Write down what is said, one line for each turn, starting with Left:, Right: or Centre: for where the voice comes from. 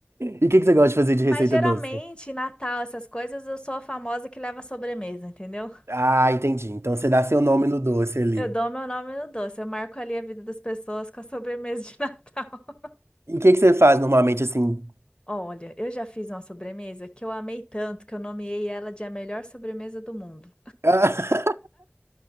Right: E o que que você gosta de fazer de
Left: Mas
Right: receita
Left: geralmente,
Right: doce?
Left: Natal, essas coisas, eu sou a famosa que leva a sobremesa, entendeu?
Right: Ah, entendi. Então você dá seu nome no doce ali.
Left: Eu dou meu nome no doce, eu marco ali a vida das pessoas com a sobremesa de <laughs> Natal.
Right: E o que que você faz normalmente assim?
Left: Olha, eu já fiz uma sobremesa que eu amei tanto que eu nomeei ela de a melhor sobremesa do mundo.
Right: <laughs>